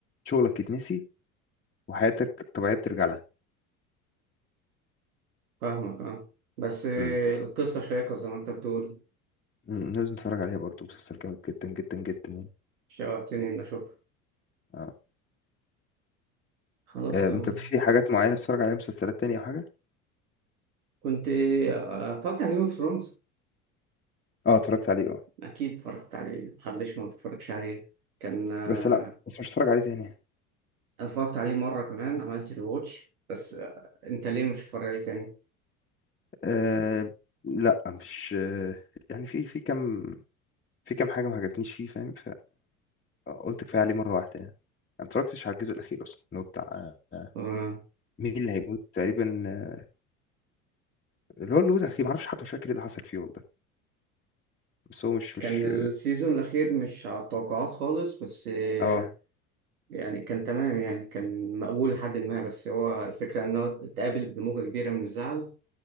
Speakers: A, on the left; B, on the right.
A: شغلك يتنسي وحياتك الطبيعية بترجع لها
B: فاهمك اه بس آه،
A: مم.
B: القصة شيقة زي ما انت بتقول
A: مم. مم. لازم تتفرج عليها برضو مسلسل جامد جدا جدا جدا يعني
B: شوقتني اني اشوفها
A: اه
B: خلاص
A: آه،
B: تمام
A: انت في حاجات معينة بتتفرج عليها مسلسلات تانية او حاجة؟
B: كنت آه، اتفرجت على جيم اوف ثرونز
A: اه اتفرجت عليه اه
B: اكيد اتفرجت عليه محدش ما بيتفرجش عليه كان آه،
A: بس لا بس مش هتفرج عليه تاني يعني.
B: انا اتفرجت عليه مره كمان عملت ري واتش بس آه، انت ليه مش هتتفرج عليه تاني
A: آه لا مش آه يعني في في كام في كام حاجة ما عجبتنيش فيه فاهم فقلت كفاية عليه مرة واحدة يعني ما اتفرجتش على الجزء الأخير أصلا اللي هو بتاع آه، آه،
B: آه،
A: مين اللي هيموت تقريبا آه، اللي هو اللي هو الأخير معرفش حتى مش فاكر ايه اللي حصل فيه والله بس هو مش مش
B: كان السيزون الاخير مش على التوقعات خالص بس آه،
A: اه
B: يعني كان تمام يعني كان مقبول لحد ما بس هو الفكره انه اتقابل بموجه كبيره من الزعل